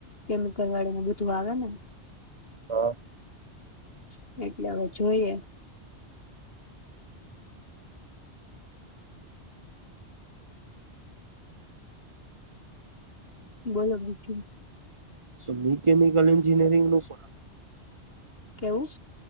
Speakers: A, on the left; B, on the right.
A: કેમિકલવાળાનું બધું આવે ને.
B: હા
A: <unintelligible> એ હવે જોઈએ. બોલો ભાઈ.
B: સો મેકેમી <unintelligible> એન્જિનિયરિંગ નો પણ આવે.
A: કેવું.